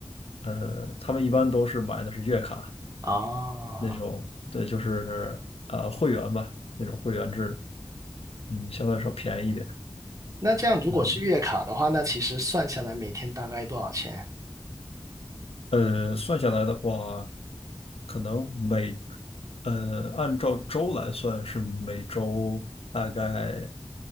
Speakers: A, on the left; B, on the right.
A: 呃，他们一般都是买的是月卡
B: 啊，
A: 那种，对，就是呃会员吧，那种会员制的，嗯，相对来说便宜一点，
B: 那这样如果是月卡的话，
A: 嗯。
B: 那其实算下来每天大概多少钱？
A: 呃，算下来的话，可能每，呃，按照周来算是每周大概，